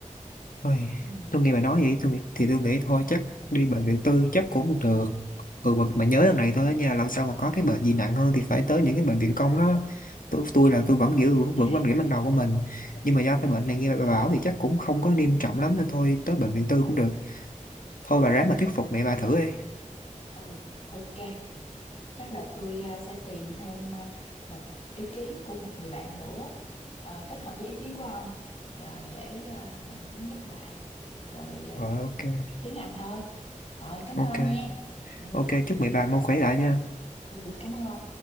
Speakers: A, on the left; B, on the left.
A: Ôi,
B: Ừm.
A: tôi nghe bà nói vậy tôi thì tôi nghĩ thôi chắc đi bệnh viện tư chắc cũng được ừ, mà, mà nhớ lần này thôi á nha lần sau mà có cái bệnh gì nặng hơn thì phải tới những cái bệnh viện công đó tôi, tôi là tôi vẫn giữ vững
B: <laughs>
A: vững quan điểm ban đầu của mình nhưng mà do cái bệnh này nghe bà bảo thì chắc cũng không có nghiêm trọng lắm nên thôi tới bệnh viện tư cũng được thôi bà ráng
B: Ừm,
A: mà thuyết phục mẹ bà thử đi
B: ừ ok chắc là tôi à, sẽ tìm thêm à, một ý kiến của một người bạn nữa à, kết hợp với ý kiến của ông rồi để à, mình thống nhất lại rồi à,
A: rồi ok
B: tiến hành thôi rồi cảm
A: ok
B: ơn ông nha ừ,
A: ok chúc mẹ bà mau khỏe lại nha
B: ừ, cảm ơn ông